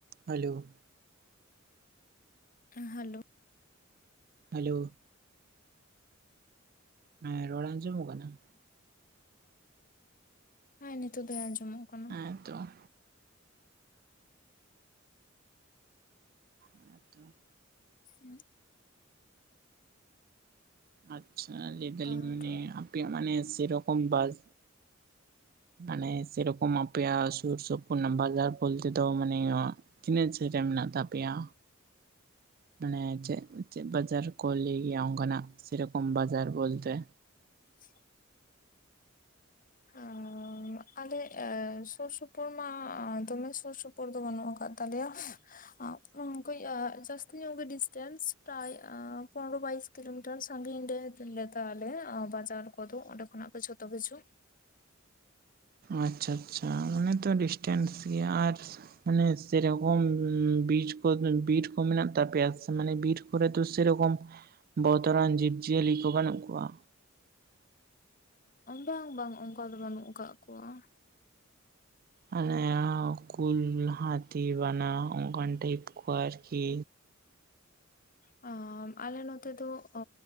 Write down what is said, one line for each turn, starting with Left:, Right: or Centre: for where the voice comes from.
Right: Hello
Left: hello
Right: hello ᱦᱮᱸ ᱨᱚᱲ ᱟᱸᱡᱚᱢᱚᱜ ᱠᱟᱱᱟ?
Left: ᱦᱮᱸ ᱱᱤᱛᱳᱜ ᱫᱚ ᱟᱸᱡᱚᱢᱚᱜ ᱠᱟᱱᱟ
Right: ᱦᱮᱸ
Left: ᱾
Right: ᱛᱚ ᱦᱮᱸ ᱛᱚ
Left: <inaudible>
Right: ᱟᱪᱪᱷᱟ ᱞᱟᱹᱭ ᱫᱟᱞᱤᱧ
Left: ᱟᱨ
Right: ᱢᱟᱱᱮ ᱟᱯᱮᱭᱟᱜ ᱢᱟᱱᱮ ᱥᱮᱨᱚᱠᱚᱢ ᱵᱟᱥ ᱢᱟᱱᱮ ᱥᱮᱨᱚᱠᱚᱢ ᱟᱯᱮᱭᱟᱜ ᱥᱩᱨ ᱥᱩᱯᱩᱨ ᱨᱮᱱᱟ ᱵᱟᱡᱟᱨ ᱵᱚᱞᱛᱮ ᱫᱚ ᱢᱟᱱᱮ ᱛᱤᱱᱟᱹᱜ ᱠᱷᱟᱱ. ᱞ ᱨᱮ ᱢᱮᱱᱟᱜ ᱛᱟᱯᱮᱭᱟ? ᱢᱟᱱᱮ ᱪᱮᱫ ᱪᱮᱫ ᱵᱟᱡᱟᱨ ᱠᱚ ᱞᱟᱹᱭ ᱜᱮᱭᱟ ᱚᱱᱠᱟᱱᱟᱜ ᱥᱮ ᱨᱚᱠᱚᱢ ᱵᱟᱡᱟᱨ ᱵᱚᱞᱛᱮ
Left: <inaudible> ᱟᱸᱻ ᱟᱞᱮ ᱥᱩᱨ ᱥᱩᱯᱩᱨ ᱢᱟ ᱫᱚᱢᱮ ᱥᱩᱨ ᱥᱩᱯᱩᱨ ᱫᱚ ᱵᱟᱹᱱᱩᱜ ᱟᱠᱟᱫ ᱛᱟᱞᱮᱭᱟ <unintelligible> ᱡᱟᱹᱥᱛᱤ ᱧᱚᱜ ᱜᱮ ᱰᱤᱥᱴᱮᱱᱥ ᱯᱨᱟᱭ ᱯᱚᱱᱨᱳ ᱵᱟᱭᱤᱥ ᱠᱤᱞᱳᱢᱤᱴᱟᱨ ᱥᱟ. ᱜᱤᱧ ᱨᱮ ᱞᱮᱛᱟᱞᱮ ᱵᱟᱡᱟᱨ ᱠᱚᱫᱚ ᱚᱸᱰᱮ ᱠᱷᱚᱱᱟᱜ ᱜᱮ ᱡᱷᱚᱛᱚ ᱠᱤᱪᱷᱩ
Right: ᱟᱪᱪᱷᱟ ᱟᱪᱪᱷᱟ ᱚᱱᱮ ᱛᱚ ᱰᱤᱥᱴᱮᱱᱥ ᱜᱮᱭᱟ ᱟᱨ ᱢᱟᱱᱮ ᱥᱮᱨᱚᱠᱚᱢ ᱵᱤᱨ ᱠᱚ ᱢᱮᱱᱟᱜ ᱛᱟᱯᱮᱭᱟ ᱥᱮ? ᱠᱚᱨᱮ ᱫᱚ ᱥᱮᱨᱚᱠᱚᱢ ᱵᱚᱛᱚᱨᱟᱱ ᱡᱤᱵᱽ ᱡᱤᱭᱟᱹᱞᱤ ᱠᱚ ᱵᱟᱹᱱᱩᱜ ᱠᱚᱣᱟ?
Left: ᱵᱟᱝ ᱵᱟᱝ ᱚᱱᱠᱟ ᱫᱚ ᱵᱟᱹᱱᱩᱜ ᱠᱟᱜ ᱠᱚᱣᱟ ᱾
Right: ᱚᱱᱮ ᱠᱩᱞ ᱦᱟᱹᱛᱤ ᱵᱟᱱᱟ ᱚᱱᱠᱟᱱ ᱴᱟᱭᱤᱯ ᱠᱚ ᱟᱨᱠᱤ
Left: ᱟᱞᱮ ᱱᱚᱛᱮ ᱫᱚ